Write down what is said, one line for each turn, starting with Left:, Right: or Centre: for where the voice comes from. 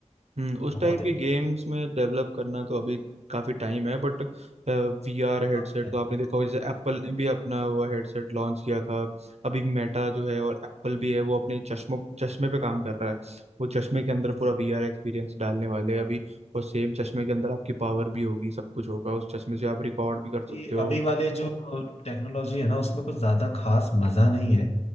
Right: हम्म उस
Left: बहुत
Right: टाइप
Left: इंटरेस्टिंग
Right: के गेम्स में डेवलप करना तो अभी काफी टाइम है बट वीआर हेडसेट
Left: काफी टाइम
Right: तो आपने देखा होगा जैसे एप्पल ने भी अपना वो हेडसेट लॉन्च किया था अभी मेटा जो है और एप्पल भी है वो अपने चश्मों चश्मे पे काम कर रहा है वो चश्मे के अंदर पूरा वीआर एक्सपीरियंस डालने वाले हैं अभी और सेम चश्मे के अंदर आपकी पावर भी होगी सब कुछ होगा उस चश्मे से आप रिकॉर्ड भी कर
Left: अभी
Right: सकते हो
Left: अभी वाले जो टेक्नोलॉजी है ना उसमें कुछ ज्यादा खास मजा नहीं है